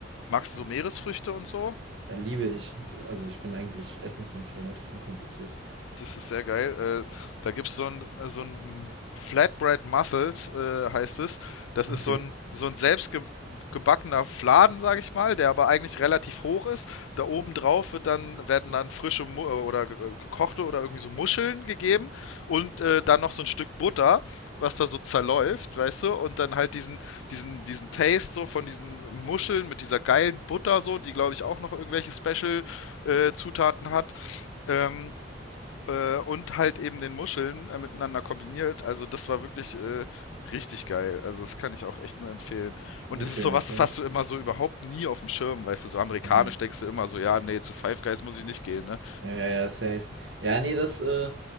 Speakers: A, on the left; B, on the right.
A: magst du so Meeresfrüchte und so?
B: Ja, liebe ich. Also ich bin eigentlich essensmäßig relativ unkompliziert.
A: das ist sehr geil. Äh, da gibt es so ein, so ein Flatbread Mussels, äh, heißt es. Das
B: Okay.
A: ist so ein, so ein selbstgebackener Fladen, sage ich mal, der aber eigentlich relativ hoch ist. Da oben drauf wird dann, werden dann frische Mu äh, oder gekochte oder irgendwie so Muscheln gegeben und äh, dann noch so ein Stück Butter, was da so zerläuft, weißt du? Und dann halt diesen, diesen, diesen Taste so von diesen Muscheln mit dieser geilen Butter so, die glaube ich auch noch irgendwelche Special äh, Zutaten hat. Ähm, äh, und halt eben den Muscheln äh, miteinander kombiniert. Also das war wirklich äh, richtig geil. Also das kann ich auch echt nur empfehlen. Und
B: Okay,
A: es ist sowas,
B: ja, klingt.
A: das hast du immer so überhaupt nie auf dem Schirm, weißt du, so amerikanisch
B: Ja.
A: denkst du immer so, ja, nee, zu Five Guys muss ich nicht gehen, ne?
B: Ja, ja, ja, safe. Ja, nee, das, äh,